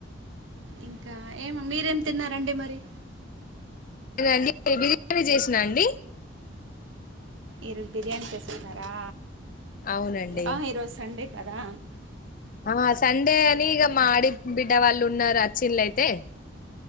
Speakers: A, on the right; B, on the left.
A: ఇంకా ఏం మీరేం తిన్నారండి మరి
B: నేనండి బిర్యానీ చేసినా అండి
A: ఈరోజు బిర్యానీ చేస్తున్నారా
B: అవునండి
A: ఆ ఈరోజు సండే కదా
B: ఆ సండే అనిగ మా ఆడి బిడ్ డ వాళ్ళు ఉన్నారు వచ్చిల్లయితే